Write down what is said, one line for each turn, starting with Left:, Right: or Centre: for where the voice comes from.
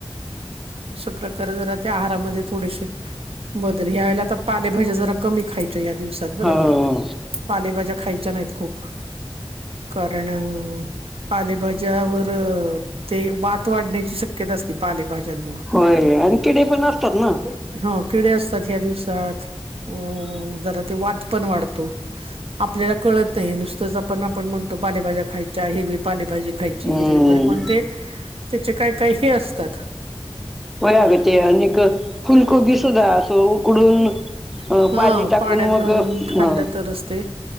Right: अशा प्रकारे जरा त्या आहारामध्ये थोडीशी बदल ह्या वेळेला आता पालेभाज्या जरा कमी खायच्या या दिवसात बरं का-
Centre: हो
Right: पालेभाज्या खायच्या नाहीत खूप- कारण पालेभाज्यावर- ते वात वाढण्याची शक्यता असते पालेभाज्यांमुळे
Centre: होय आणि किडे पण असतात ना?
Right: हो किडे असतात ह्या दिवसात.
Centre: ह
Right: हो जरा ते वात पण वाढतो. आपल्याला कळत नाही नुसतंच आपण आपण म्हणतो पालेभाज्या खायच्या हिरवी पालेभाजी खायची
Centre: हम्म
Right: हिरवि पण ते त्याचे काय काही हे असतात
Centre: व्हय अगं ते आणिक फुल कोबी सुद्धा असं उकडून अं
Right: हा
Centre: पाणी टाकून
Right: पाण्यात
Centre: मग
Right: घालून
Centre: ह
Right: खाल्लं तरच ते